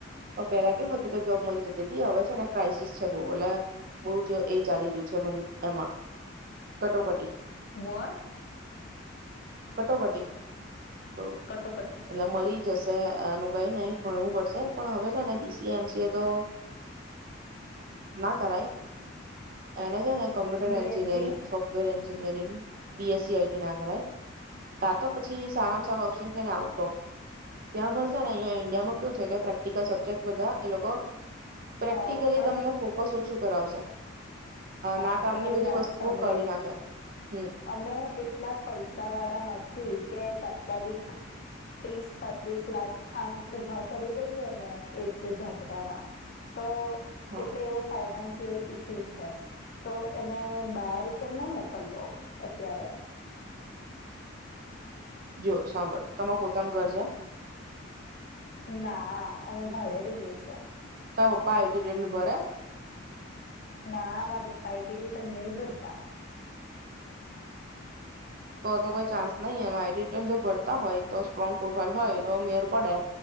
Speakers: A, on the right; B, on the left.
A: પણ પેલા કેવું હતું કે જોબ મળી જતી હતી હવે છે અને ક્રાઇસિસ છે બહ એ બહ જ એ ચાલી રહ્યું છે એમાં. કટોકટી.
B: વર?
A: કટોકટી? બઉ
B: કટોકટી
A: એટલે મળી જશે એનું ભઈ નહી ભણવું પડશે પણ હવે છે ને B C M C A તો ના કરાય એને છે ને computer
B: BSc
A: engineering, software engineering. B S C I T ના કરાય તા તો પછી સારામાં સારો ઓપ્શન છે ને આઉટ ઓફ ત્યાં ભણશે ને અહંયા ઇન્ડિયામાં કયું છે કે પ્રેક્ટિકલ સબ્જેક્ટ બધા એ લોકો પ્રેક્ટિકલી
B: અ પણ
A: તમને ફોટો શૂટ શું કરાવશે?
B: હા
A: નાકામની
B: પણ મારી
A: બધી
B: વાત
A: વસ્તુઓ
B: સાંભળો
A: કરી નાખે. હમ
B: અમે એટલા પૈસા વાળા નથી. કે તાત્કાલિક ત્રીસ પાંત્રીસ લાખ આમ ઊભા કરી દઈએ ને એક ઝાટકામાં, તો
A: હા
B: એટલે એવો ફાઈનાન્સ સિયલ ઈસ્યુ છે, તો એને બહાર કેમ ન મોકલવો અત્યારે
A: જો સાંભળ, તમાર પોતાનું ઘર છે?
B: નાહ, અમે ભાડે રહીએ છે.
A: તાર પપ્પા આઈ ટી ટન ભરે?
B: ના, મારા પપ્પા આઈ ટી રિટર્ન નહીં ભરતા.
A: તો-તો કોઈ ચાન્સ નહીં. આમ આઈ ટી રિટર્ન જો ભરતા હોય તો સ્ટ્રોંગ પ્રોફાઈલ હોય તો મેળ પડે,